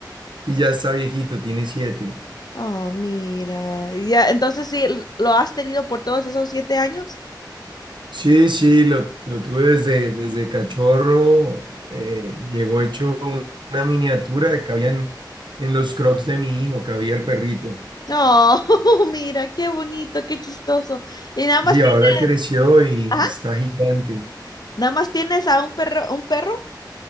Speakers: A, on the right; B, on the left.
A: Y ya está viejito, tiene siete.
B: Oh, mira. Ya, entonces sí, l- lo has tenido por todos esos siete años.
A: Sí, sí, lo, lo tuve desde, desde cachorro. eh, llegó hecho un- una miniatura que cabía en, en los crocs de mi hijo, cabía el perrito.
B: No, <laughs> mira, qué bonito, qué chistoso. Y nada más
A: Sí,
B: tienes,
A: ahora creció y
B: ajá,
A: está gigante.
B: nada más tienes a un perro, un perro.